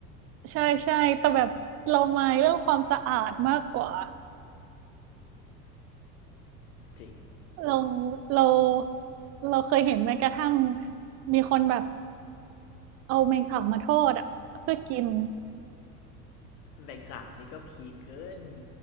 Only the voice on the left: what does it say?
จริง
แรงสาบนี่ก็พีเกิน